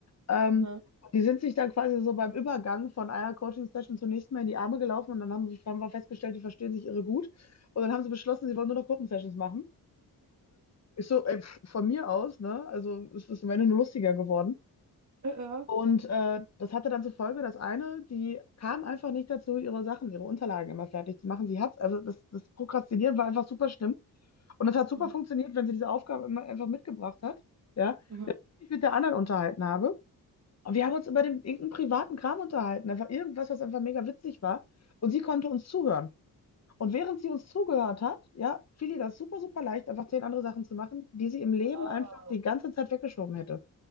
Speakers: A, on the left; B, on the right.
A: Ähm,
B: Mhm.
A: die sind sich dann quasi so beim Übergang von einer Coaching-Session zur nächsten mal in die Arme gelaufen und dann haben, wir- haben wir festgestellt, die verstehen sich irre gut. Und dann haben sie beschlossen, sie wollen nur noch Gruppensessions machen. Ich so, ey, pf, von mir aus, ne? Also es ist am Ende nur lustiger geworden.
B: Äh, Ja.
A: Und äh, das hatte dann zur Folge, dass eine, die kam einfach nicht dazu, ihre Sachen, ihre Unterlagen immer fertig zu machen. Sie hat, also das, das Prokrastinieren war einfach super schlimm. Und es hat super
B: Mhm.
A: funktioniert, wenn sie diese Aufgabe immer einfach mitgebracht hat, ja,
B: Mhm.
A: ich mit der anderen unterhalten habe. Und wir haben uns über den, irgendeinen privaten Kram unterhalten, einfach irgendwas, was einfach mega witzig war. Und sie konnte uns zuhören. Und während sie uns zugehört hat, ja, fiel ihr das super, super leicht, einfach zehn andere Sachen zu machen, die sie im Leben
B: Ah,
A: einfach die ganze Zeit weggeschoben hätte.